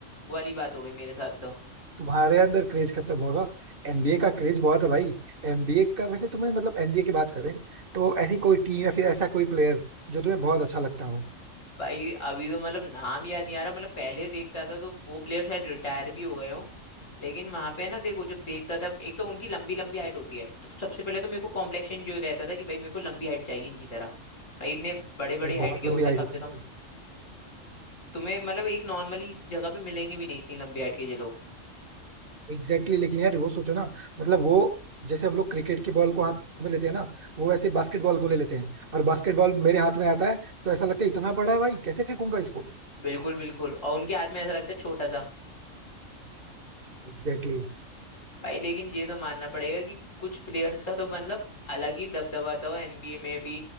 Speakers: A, on the left; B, on the right.
A: वो वाली बात हो गई मेरे साथ तो
B: तुम्हारे अंदर क्रेज खत्म होगा एनबीए का क्रेज बहुत है भाई एनबीए का वैसे तुम्हें मतलब एनबीए की बात करें तो ऐसी कोई टीम या फिर ऐसा कोई प्लेयर जो तुम्हें बहुत अच्छा लगता हो
A: भाई अभी तो मतलब नाम याद नहीं आ रहा मतलब पहले देखता था तो वो प्लेयर शायद रिटायर भी हो गए हो लेकिन वहां पे ना देखो जब देखता था एक तो उनकी लंबी लंबी हाइट होती है तो सबसे पहले तो मेरे को कॉम्प्लेक्शन जो रहता था कि भाई मेरे को लंबी हाइट चाहिए इनकी तरह भाई इतने बड़े बड़े
B: भाई
A: हाइट
B: बहुत
A: के होते
B: लंबी हाइट
A: हैं कम
B: होती
A: से कम
B: है
A: तुम्हें मतलब एक नॉर्मली जगह पे मिलेंगे भी नहीं इतनी लंबी हाइट के ये लोग
B: एग्जैक्टली exactly, लेकिन यार वो सोचो ना मतलब वो जैसे हम लोग क्रिकेट की बॉल को हाथ में लेते हैं ना वो वैसे बास्केटबॉल को ले लेते हैं और बास्केटबॉल मेरे हाथ में आता है तो ऐसा लगता है इतना बड़ा है भाई कैसे फेंकूंगा इसको
A: बिल्कुल बिल्कुल और उनके हाथ में ऐसा लगता है छोटा सा
B: एग्जैक्टली
A: भाई लेकिन ये तो मानना पड़ेगा कि कुछ प्लेयर्स का तो मतलब अलग ही दबदबा था एनबीए में भी